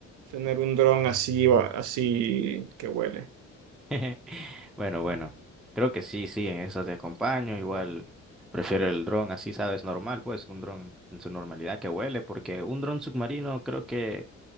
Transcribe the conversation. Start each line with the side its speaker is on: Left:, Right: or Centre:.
Right: tener un dron así, así que huele.
Centre: <laughs> Bueno, bueno, creo que sí, sí, en eso te acompaño. Igual prefiero el dron, así sabes, normal, pues un dron en su normalidad que huele, porque un dron submarino creo que